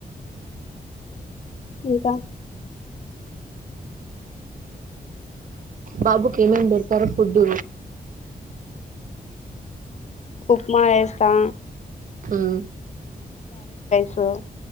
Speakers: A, on the left; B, on the right.
A: ఇంకా
B: బాబుకి ఏమేం ఏం బెడతారు ఫుడ్డు
A: ఉప్మా చేస్తా
B: ఉమ్
A: సో